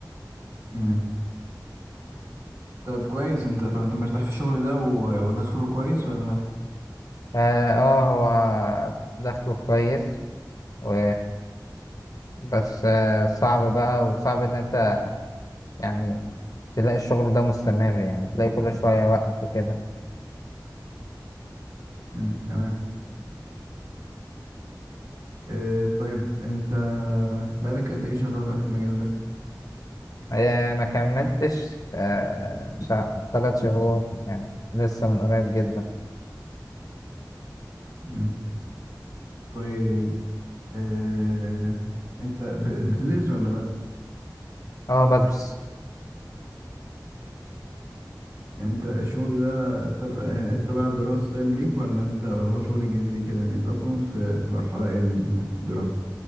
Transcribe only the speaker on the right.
مم. طيب كويس انت طب انت مرتاح في الشغل ده و- ودخله كويس ولا
مم. تمام آه طيب انت بقالك قد ايه شغال بقى في المجال ده
مم. طيب آه انت ب- بتدرس ولا لا
يعني انت الشغل ده تبع تبع الدراسة طيب ليك ولا انت ولا هو شغل جانبي كده انت اصلا في في مرحلة ايه من الدراسة